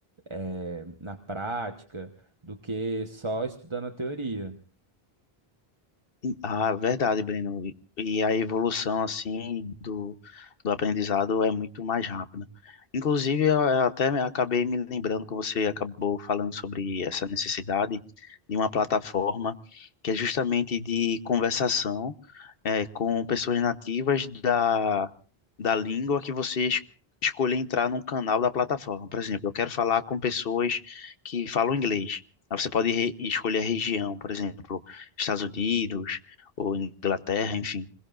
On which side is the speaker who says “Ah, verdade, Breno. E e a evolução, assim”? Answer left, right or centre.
Left